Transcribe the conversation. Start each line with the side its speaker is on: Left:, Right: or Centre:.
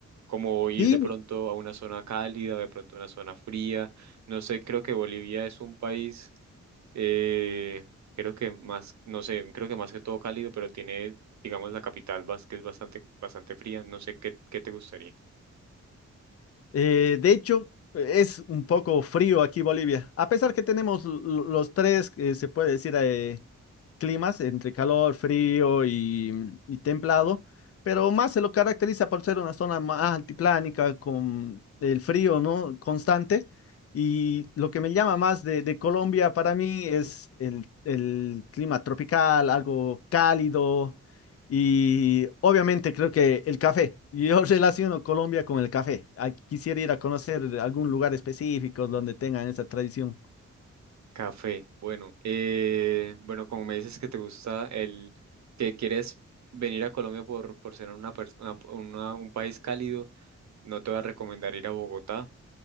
Right: Como ir
Left: Sí,
Right: de pronto
Left: mi-
Right: a una zona cálida, de pronto a una zona fría. No sé, creo que Bolivia es un país eh, creo que más, no sé, creo que más que todo cálido, pero tiene digamos, la capital, vas, que es bastante, bastante fría. No sé qué, qué te gustaría.
Left: eh, de hecho, eh, es un poco frío aquí Bolivia. A pesar que tenemos l- l- los tres, que se puede decir, eh, climas entre calor, frío y, y templado, pero más se lo caracteriza por ser una zona más altiplánica con el frío, ¿no? Constante. Y lo que me llama más de, de Colombia para mí es el, el clima tropical, algo cálido y obviamente creo que el café. Yo <laughs> relaciono Colombia con el café. Ah, Quisiera ir a conocer algún lugar específico donde tengan esa tradición.
Right: Café. Bueno, eh, bueno, como me dices que te gusta el, que quieres venir a Colombia por, por ser una, pers- una- una- un país cálido, no te voy a recomendar ir a Bogotá.